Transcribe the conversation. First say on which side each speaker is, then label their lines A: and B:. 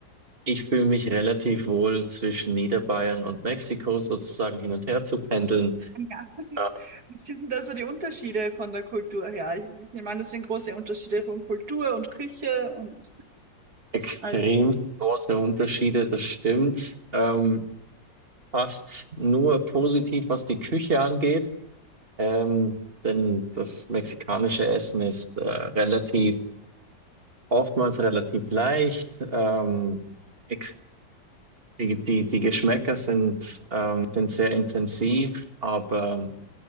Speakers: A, on the right; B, on the right.
A: ich fühle mich relativ wohl zwischen Niederbayern und Mexiko sozusagen hin und her zu pendeln.
B: Ja. <laughs>
A: Äh,
B: Wie sind denn da so die Unterschiede von der Kultur her? Ich nehme an, das sind große Unterschiede von Kultur und Küche und
A: extrem
B: alles,
A: große Unterschiede, das stimmt. Ähm, fast nur positiv, was die Küche angeht. Ähm, denn das mexikanische Essen ist äh, relativ oftmals relativ leicht. Ähm, ex die, die, die Geschmäcker sind, ähm, sind sehr intensiv, aber,